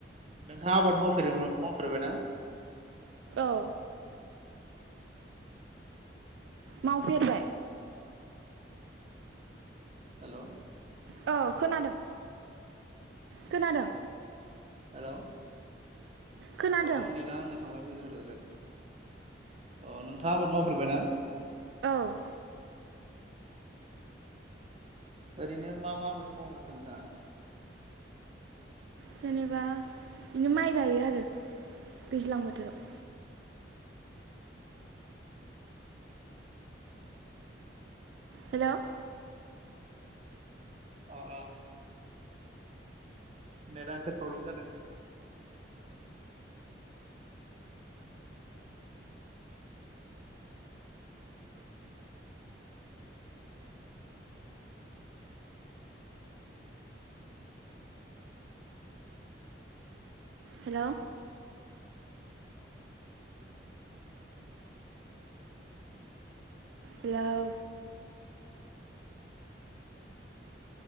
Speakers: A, on the right; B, on the right.
A: नोंथाङा आबाद मावफेरोन मावफेरबायना
B: औ मावफेरबाय
A: हेल'
B: औ खोनादों, खोनादों
A: हेल'
B: खोनादों
A: अ नेटा आंनिया थांलाय फैलाय जाबाय थादों र एसे अ नों नोंथाङा आबाद मावफेरबाय ना?
B: औ
A: ओरैनो मा मा आबाद मावफेरदों दा?
B: जेनेबा बिदिनो माइ गायो आरो दैज्लां बोथोराव हेल'
A: अ अ नेटा एसे प्रब्लेम जादों
B: हेलौ हेलौ